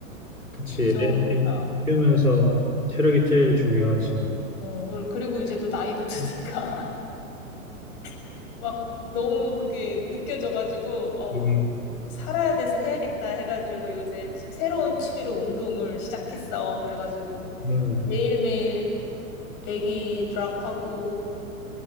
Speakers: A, on the left; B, on the left.
A: 그치.
B: 좀,
A: 애
B: 어,
A: 키우면서 체력이 제일 중요하지.
B: 어, 그- 그리고 이제 또 나이도 드니까, <laughs> 막 너무 그게 느껴져가지고, 어,
A: 음,
B: 살아야 돼서 해야겠다 해가지고 요새 치- 새로운 취미로 운동을 시작했어. 그래가지고
A: 음.
B: 매일매일 애기 드랍하고,